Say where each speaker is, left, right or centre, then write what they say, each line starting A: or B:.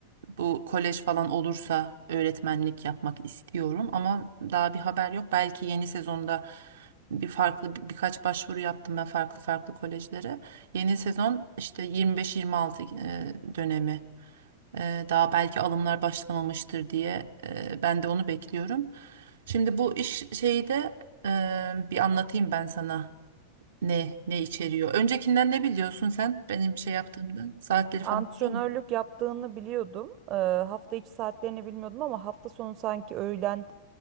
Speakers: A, on the right; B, on the right.
A: bu kolej falan olursa öğretmenlik yapmak istiyorum ama daha bir haber yok. Belki yeni sezonda bir farklı bir- birkaç başvuru yaptım ben farklı farklı kolejlere. Yeni sezon işte 25-26 e, dönemi. E, Daha belki alımlar başlamamıştır diye e, ben de onu bekliyorum. Şimdi bu iş şeyi de e, bir anlatayım ben sana ne ne içeriyor.
B: Hı.
A: Öncekinden ne biliyorsun sen benim şey yaptığımdan? Saatleri
B: Antrenörlük
A: falan biliyor
B: yaptığını biliyordum. Eee, hafta içi saatlerini bilmiyordum ama hafta sonu sanki öğlen